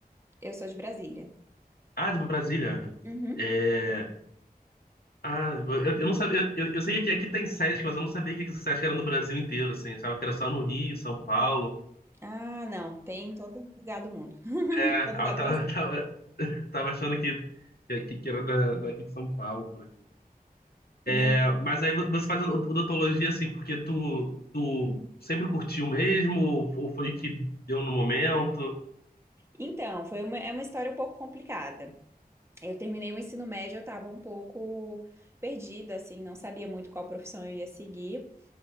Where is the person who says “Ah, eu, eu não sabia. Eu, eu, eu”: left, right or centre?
Left